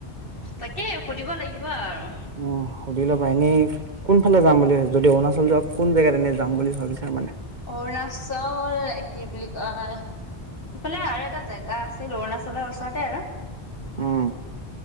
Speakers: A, on the left (about 60°); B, on the right (about 50°).
A: তাকে সুধিব লাগিব আৰু।
B: উম সুধি ল'বা এনেই কোন ফালে যাম বুলি ভাব হৈছে যদি অৰুণাচল যোৱা কোন জেগাত এনে যাম বুলি ভাবিছা মানে।
A: অৰুণাচল কি বুলি কয়? ইফালে আৰু এটা জেগা। আছিল অৰুণাচলৰ ওচৰতে আৰু।
B: উম